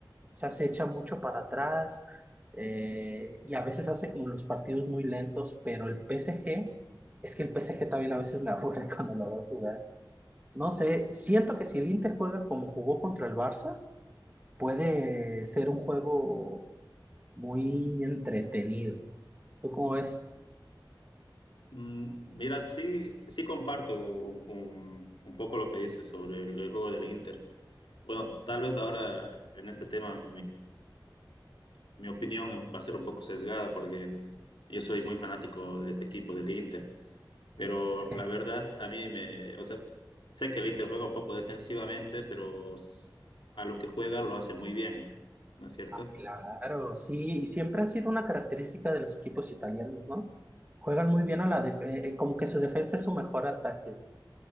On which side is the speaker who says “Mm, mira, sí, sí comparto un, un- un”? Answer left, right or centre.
Left